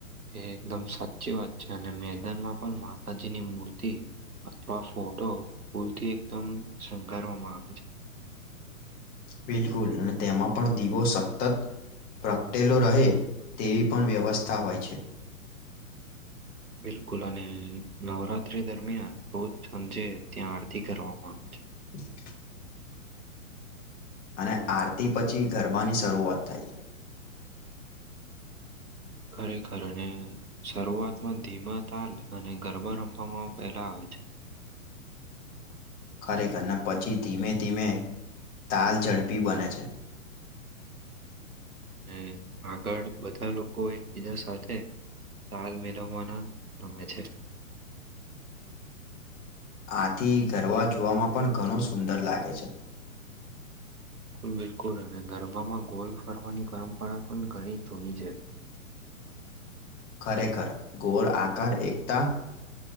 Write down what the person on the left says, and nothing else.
બિલકુલ અને તેમાં પણ દીવો સતત પ્રગટેલો રહે તેવી પણ વ્યવસ્થા હોય છે.
<inaudible> અને આરતી પછી ગરબાની શરૂઆત થાય છે.
ખરેખરને પછી ધીમે-ધીમે તાલ ઝડપી બને છે.
આથી ગરબા જોવામાં પણ ઘણુ સુંદર લાગે છે.
ખરેખર ગોળ આકાર એકતા